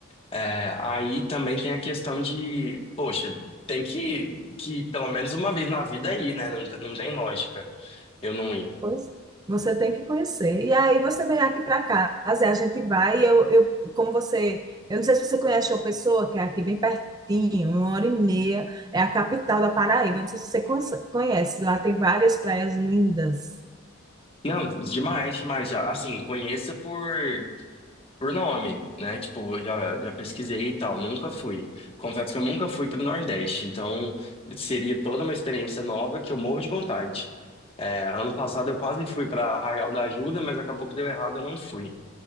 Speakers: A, on the left (about 25°); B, on the right (about 20°).
A: é, aí também tem a questão de, poxa, tem que, que pelo menos uma vez na vida ir, né? Não, não tem lógica eu não ir.
B: Pois, você tem que conhecer. E aí você vem aqui para casa, e a gente vai. e Eu, eu, como você, eu não sei se você conhece uma pessoa que é aqui bem pertinho, uma hora e meia, é a capital da Paraíba. Não sei se você conhece. conhece, Lá tem várias praias lindas.
A: Não, demais, demais. já. Assim, conheça por. Por nome, né? Tipo, eu já, já pesquisei e tal, nunca fui. Confesso que eu nunca fui pro Nordeste, então seria toda uma experiência nova que eu morro de vontade. É, ano passado eu quase fui pra Arraial da Ajuda, mas acabou que deu errado, eu não fui.